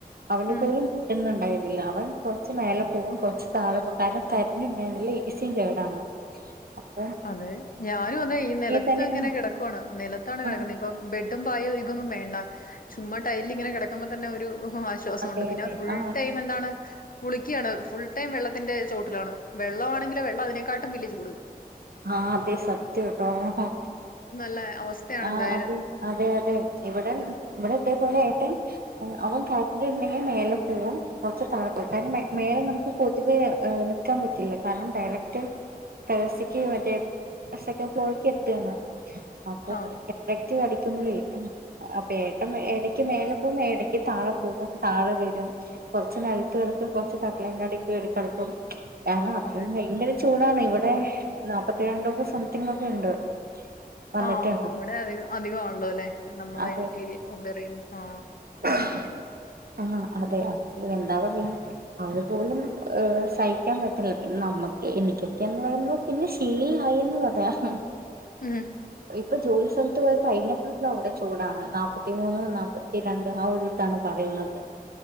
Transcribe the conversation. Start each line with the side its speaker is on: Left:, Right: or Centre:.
Right: അവനെ
Left: ഉം
Right: പോലുംണ്ടായിരുന്നു അവൻ കൊറച്ച് മേെ പോകും കുറച്ച് താഴെ പോും കാരണം തരുണ്ടായിുന്നില്ല ഈസിയും ചേടാണ് അ
Left: അതെ ഞാനും അതെ ഈ നിലത്ത്
Right: തന്നെ
Left: ഇങ്ങനെ
Right: ആഹ്
Left: കിടക്കുവാണ് നിലത്താണ് കിടക്കുന്നത്
Right: ആഹ്
Left: ഇപ്പൊ ബെഡും പായും ഇതൊന്നും വേണ്ട ചുമ്ട്ട ൈൽ ഇങ്ങനെ കിടക്കുമ്പോ തന്നെ ഒരു ഓഹ ആശ്വാസംുണ്ട്
Right: അതെ
Left: പിന്നെ
Right: അതെ
Left: ഫുൾ
Right: ആഹ്
Left: ടൈം എന്താണ് കുളിക്കുകയാണ് ഫുൾ ടൈം വെള്ളത്തി ത്തിന്റെ ചോട്ടിലാണ് വെള്ളമാണെങ്കിൽ വെള്ളം അതിനെക്കാട്ടും വെല്ല്യ ചൂട്-
Right: ആഹ അതെ സത്യം ട്ടോഓ
Left: നല്ല അവസ്ഥയാണ്
Right: ആ
Left: എന്തായാലും
Right: അതെ അതെ അതെ ഇവിട ഇവിടെ അലൊയിട്ട കയട്ടുണ്ടെങ്കിൽ മേലെ പോവുംും കുറച്ച് തഴും കാരണം മേലെ നമുക്ക് പൊതുവെ് നൽിക്കാൻ പറ്റില്ല കാരണം ഡയറക്റ്റ് കേഴസിക്ക് മറ്റേ സെക്കൻ് ഫ്ലോറിക്ക് എത്താണ് അപ്പൊ
Left: ആഹ്
Right: ഡ കരിക്കുമ്പോളേ അപ്പ ഏട്ട ഇടയ്ക്ക് മേലെ പോകുമ്പോ ഇടയ്ക്ക് താഴെ പോകും താഴെ വരും കൊറച്ച് നിലത്ത് കിടക്കും കൊറച്ച് കട്ടലനടൊക്കെ കിടക്കും കാരണം അത്രയും
Left: അതെ
Right: ഭയങ്കര ചൂടാണ് ഇവിടെ നാല്പ്പത്തിരണ്ടൊക്കെ സംതിങ് ഒക്കെ ഉണ്ട് വന്നിട്ടുണ്ട്
Left: ആഹ അവിടെ അികം അധികമാണല്ലോ അല്ലെ നമ്മുടെ
Right: അതെ
Left: ഏരിയൽ കമ്പയർ ചെയ്യും ആ
Right: <unintelligible> ആഹ് അതെ അത് എണ്ടാ അവര് പോലും ഏ സഹിക്കാൻ പറ്റില്ല പിന്നെ നമ്മക്ക് എനിക്കൊക്കെന്ന് പറയുമ്പോ പിന്നെ ശീലായിന്ന് പറയാം
Left: ഉം
Right: ഇപ്പൊ ജോലി സ്ഥലത്ത് പോയപ്പോ പതിനഞ്ഞെട്ടാട്ടില അവിടെ ചൂടാണ് നാപ്പത്തി മൂന്ന് നാപ്പത്തി ത്തി രണ്ട് ആ ഒരുട്ടാണ് പറയുന്നത്